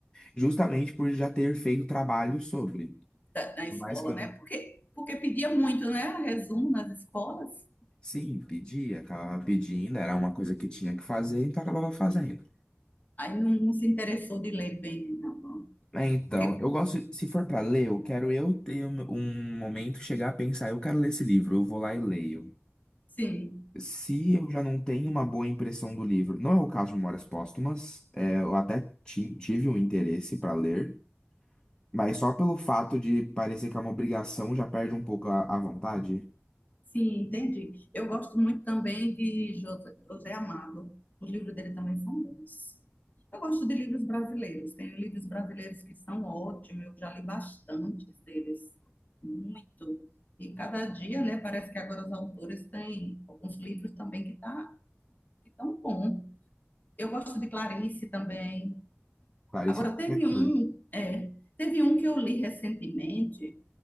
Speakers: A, on the left; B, on the left.
A: justamente por já ter feito trabalho sobre.
B: Da, da escola,
A: Por mais que eu
B: né?
A: não,
B: Porque, porque pedia muito, né? Resumo nas escolas.
A: sim, pedia, acabava pedindo, era uma coisa que tinha que fazer, então acabava fazendo.
B: Aí não, não se interessou de ler bem, né? não.
A: É, então,
B: Porque,
A: eu gosto, se for para ler, eu quero eu ter um, um momento, chegar a pensar, eu quero ler esse livro, eu vou lá e leio.
B: sim.
A: se eu já não tenho uma boa impressão do livro, não é o caso de Memórias Póstumas, é, eu até ti- tive um interesse para ler, mas só pelo fato de parecer que é uma obrigação já perde um pouco a, a vontade.
B: Sim, entendi. Eu gosto muito também de José, José Amado. Os livros dele também são bons. Eu gosto de livros brasileiros. Tem livros brasileiros que são ótimos. Eu já li bastantes deles. Muito. E cada dia, né? Parece que agora os autores têm alguns livros também que tá, que tão bom. Eu gosto de Clarice também.
A: Clarice
B: Agora, teve
A: Lispector.
B: um, é, teve um que eu li recentemente